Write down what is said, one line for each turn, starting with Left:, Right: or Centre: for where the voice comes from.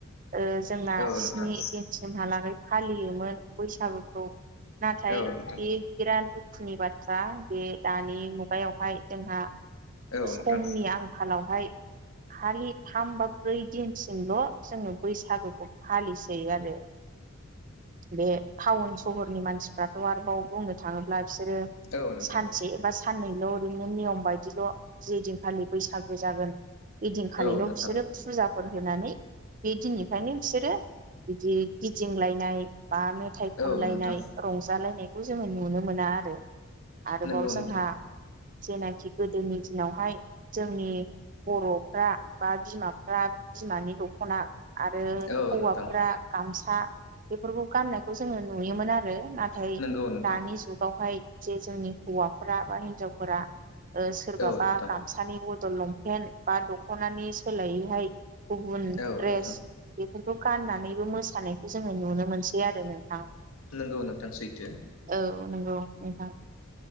Right: ओ जोंना
Left: औ
Right: स्नि
Left: नोंथां
Right: दिनसिमहालागै फालियोमोन बैसागुखौ। नाथाय
Left: औ नोंथां
Right: बे बिराद दुखुनि बाथ्रा बे दानि मु गायावहाय जोंहा।
Left: औ नोंथां औ नोंथां
Right: समनि आंखालावहाय खालि थाम बा ब्रै दिन सिमल' जोङो बैसागुखौ फालिसयो आरो। बे टाउन सहरनि मानसिफ्राथ' आरो औ बुंनो थाङोब्ला बिसोरो
Left: औ नोंथां
Right: सानसे एबा सनैल'। ओरैनो नियम बायदिल' जे दिनखालि बैसागु जागोन। ओइदिनखालिल'
Left: औ नोंथां
Right: बिसोरो फुजाफोर होनानै बे दिननिफ्रायनो बिसोरो बिदि गिदिंलायनाय। ् बा मेथाइ
Left: औ
Right: खनलायनाय
Left: नोंथां
Right: रंजालायनायखौ जोङो नुनो मोना आरो। आरोबाव
Left: नंगौ
Right: जोंहा
Left: नोंथां
Right: जेनाखि गोदोनि दिनावहाय जोंनि बर'फ्रा बा बिमाफ्रा बिमानि दख'ना। आरो
Left: औ
Right: हौवाफ्रा
Left: नोंथां
Right: गामसा, बेफोरखौ गाननायखौ जोङो नुयोमोन आरो। नाथाय
Left: नंगौ नोंथां
Right: दानि जुगावहाय जे जोंनि हौवाफ्रा बा हिनजावफोरा सोरबाबा
Left: औ नोंथां
Right: गामसानि बदल लंपेन बा द ख'नानि सोलायैहाय गुबुन
Left: औ
Right: द्रेस
Left: नोंथां
Right: बेखौ गाननानैबो मोसानायखौ जोङो नुनो मोनसै आरो नों थां
Left: नंगौ नोंथां सैथो
Right: औ नंगौ नोंथां।